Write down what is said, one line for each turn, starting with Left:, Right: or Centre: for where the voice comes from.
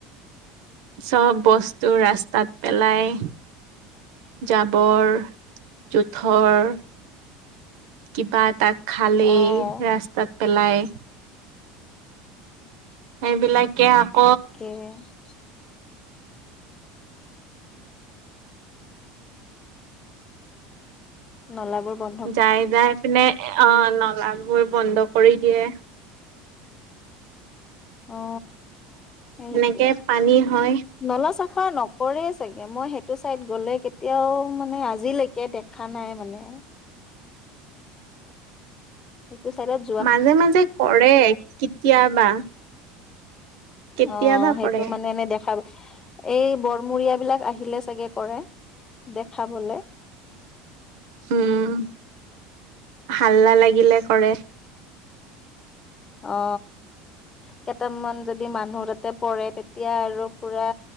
Right: চব বস্তু ৰাস্তাত পেলাই জাবৰ জোথৰ কিবা এটা খালেই
Left: অ'
Right: ৰাস্তাত পেলাই সেইবিলাকে আক
Left: এ নলাবোৰ বন
Right: যাই যাই পিনে অ নলাবোৰ বন্ধ কৰি দিয়ে।
Left: অ। সেইটোয়ে
Right: সেনেকে পানী হয়।
Left: নলা চাফা নকৰে চাগে মই সেইটো চাইদ গ'লে কেতিয়াও মানে আজিলৈক- কে দেখা নাই মানে। সিটো ছাইডত
Right: মাজে মাজে কৰে কেতিয়াবা। কেতিয়াবা
Left: অ সেইটো
Right: কৰে
Left: মানে এনে দেখাব এই বৰমূৰিয়াবিলাক আহিলে চাগে কৰে, দেখাবলে।
Right: উম, হাল্লা লাগিলে কৰে।
Left: অ কেইটামান যদ- যদি মানুহ তাতে পৰে তেতিয়া আৰু পুৰা